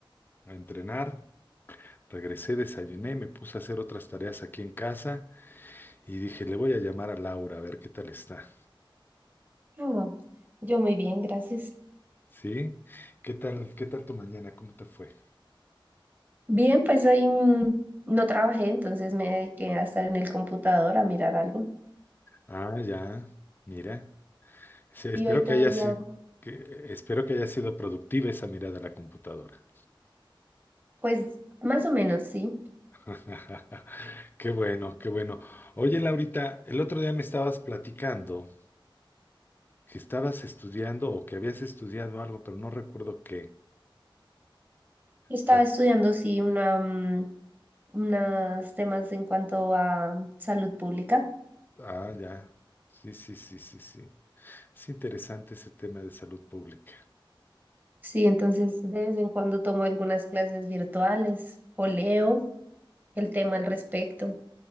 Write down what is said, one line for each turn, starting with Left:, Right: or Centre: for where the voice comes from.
Left: a entrenar, regresé, desayuné, me puse a hacer otras tareas aquí en casa y dije, le voy a llamar a Laura a ver qué tal está.
Right: Ah, yo muy bien, gracias.
Left: ¿Sí? ¿Qué tal, qué tal tu mañana? ¿Cómo te fue?
Right: Bien, pues hoy mm, no trabajé, entonces me dediqué a estar en el computador a mirar algo.
Left: Ah, ya, mira. Sí, espero
Right: Y hoy todo
Left: que haya
Right: el día,
Left: sido, espero que haya sido productiva esa mirada a la computadora.
Right: pues más o menos, sí.
Left: <laughs> Qué bueno, qué bueno. Oye, Laurita, el otro día me estabas platicando que estabas estudiando o que habías estudiado algo, pero no recuerdo qué.
Right: Estaba
Left: Pla-
Right: estudiando, sí, una, mm, unos temas en cuanto a salud pública.
Left: ah, ya. Sí, sí, sí, sí, sí. Es interesante ese tema de salud pública.
Right: Sí, entonces de vez en cuando tomo algunas clases virtuales o leo el tema al respecto.